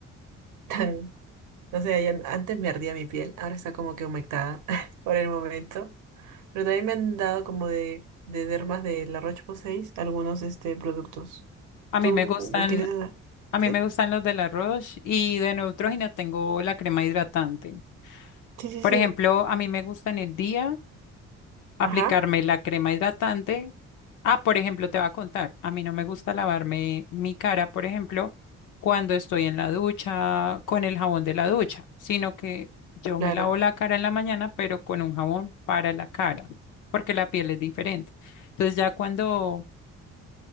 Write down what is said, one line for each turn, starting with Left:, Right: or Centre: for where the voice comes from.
Right: <laughs> tan No sé, ya- antes me ardía mi piel, ahora está como que humectada <laughs> por el momento. Pero también me han dado como de, de dermas de La Roche-Posay algunos este, productos.
Left: A
Right: ¿Tú
Left: mí me gustan,
Right: utilizas?
Left: a
Right: ¿Sí?
Left: mí me gustan los de La Roche y de Neutrogena tengo la crema hidratante.
Right: Sí, sí,
Left: Por
Right: sí.
Left: ejemplo, a mí me gusta en el día. aplicarme
Right: Ajá,
Left: la crema hidratante. Ah, por ejemplo, te va a contar, a mí no me gusta lavarme mi cara, por ejemplo, cuando estoy en la ducha con el jabón de la ducha, sino que yo
Right: claro.
Left: me lavo la cara en la mañana, pero con un jabón para la cara, porque la piel es diferente. Entonces ya cuando